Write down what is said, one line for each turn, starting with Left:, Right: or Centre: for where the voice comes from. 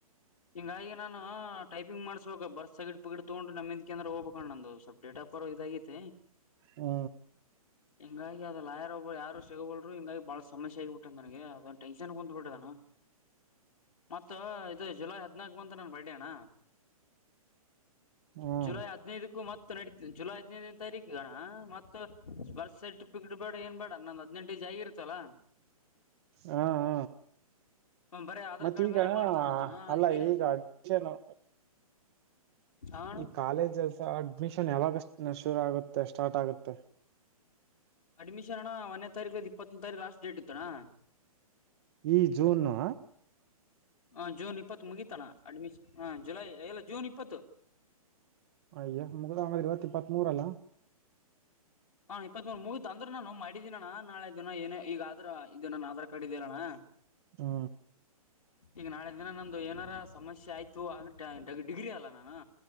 Left: ಹಿಂಗಾಗಿ ನಾನು ಟೈಪಿಂಗ್ ಮಾಡ್ಸ್ಬೇಕ ಬರ್ತ್ ಸರ್ಟಿಫಿಕೇಟ್ ತಗೊಂಡು ನಮ್ಮಿಂದ. ಉಪಕೇದ್ರಹೋಗ್ಬೇಕಣ್ ನಂದು ಸ್ವಪ್ ಡೇಟಾ ಪರ್ ಇದಾಗೈತಿ.
Right: ಹು
Left: ಹಿಂಗಾಗಿ ಅದ ಲಾಯಾರ್ ಒಬ್ಬರು ಯಾರು ಸಿಗೋಬಲ್ರು ಹಿಂಗಾಗಿ ಬಾಳ ಸಮಸ್ಯ ಆಗಿಬಿಟ್ಟೆ ನನಗೆ ಅದೊ ಟೆನ್ ಕುಂತ್ ಬಿಟ್ಟದಣ್ಣಾ. ಮತ್ತ ಇದು ಜುಲೈ ಹದ್ನಾಕು ಬಂತ ನನ್ನ ಬರ್ತಡೇ ಅಣ್ಣಾ
Right: ಹ್ಮ್
Left: ಜುಲೈ ಹದ್ನೈದಕ್ಕೂ ಮತ್ತ. ತನಡೀ ಜುಲೈ ಹದ್ದನೇ ತಾರೀಕು ಅಣ್ಣಾ ಮತ್ತ ಬರ್ತ್ ಸರ್ಟಿಫಿಕೇಟ್ ಬೇಡಾ ಏನ್ ಬೇಡಾ ನಂದ್ ಹದಿನೆಂಟ ಏಜ್ ಆಗಿರತ್ತ. ತ್ತಲ.
Right: ಹ ಹ
Left: ಬರೀ ಆಧಾರ್
Right: ಮತ್ತ
Left: ಕಾರ್ಡ್
Right: ಈಗ.
Left: ಮೇಲೆ
Right: ಹಾ
Left: ಮಾಡ್ತಾನಂತಣ ಅದಕ್ಕೆಲೆ
Right: ಅಲ್ಲ ಈಗ ಹಚ್ಚೇನು.
Left: ಅಣ
Right: ಈ ಕಾಲೇಜ್ ಸ್ ಅಡ್ಮಿಷನ್ ಯಾವಾಗಷ ಶುರು ಆಗುತ್ತೆ ಸ್ಟಾರ್ಟ್ ಆಗುತ್ತೆ.
Left: ಅಡ್ಮಿಷನ್ ಅಣ್ಣಾ ಒಂನ್ನೆ ತಾರೀಕು ಇಪ್ಪತ್ತೊ ತಾರೀಕು ಲಾಸ್ಟ್ ಡೇಟ್ ಇತ್ತಣ್ಣಾ.
Right: ಈ ಜೂನು.
Left: ಹ ಜೂನ್ ಇಪ್ಪತ್ತು ಮುಗಿತಣ್ಣಾ ಅಡ್ಮಿಶನ್ ಹ ಜುಲೈ ಇಲ್ಲ ಜೂನ್ ಇಪ್ಪತ್ತು.
Right: ಅಯ್ಯ ಮುದಾವನ ಇವತ್ ಇಪ್ಪತ್ ಮೂರ ಅಲ್ಲಾ.
Left: ಹಾ ಇಪ್ಪತ್ತ ಮೂರ್ ಮುಗಿತ್ ಅಂದ್ರೆ ನಾನು ಮಾಡಿದ್ದಿನಣ್ಣಾ ನಾಳೆ ಇದನ್ನ ಏನೇ ಈಗ ಆದ್ರ ಇದು ನನ್ನ ಆಧಾರ ಕಾರ್ಡ್ ಇದಿಯಲ್ಲಣ್ಣಾ.
Right: ಹು
Left: ಈಗ ನಾಳೆ ದಿನ ನಂದು ಏನಾರ ಸಮಸ್ಯೆ ಆಯ್ತು ಅಂದ್ರೆ ಡಿಗ್ರಿ ಅಲ್ಲ ನಾನು.